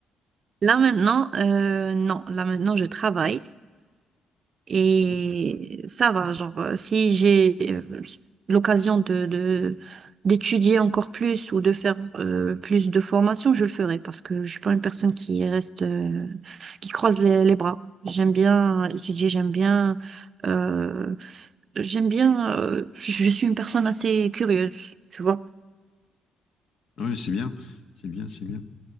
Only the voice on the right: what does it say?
Là maintenant, euh, non, là maintenant je travaille. Et
ça va, genre, euh, si j'ai euh, l'occasion de, de- d'étudier encore plus ou de faire euh, plus de formations, je le ferai parce que je suis pas une personne qui reste, euh, qui croise les, les bras. J'aime bien étudier, j'aime bien, euh, j'aime bien, euh, je je suis une personne assez curieuse, tu vois.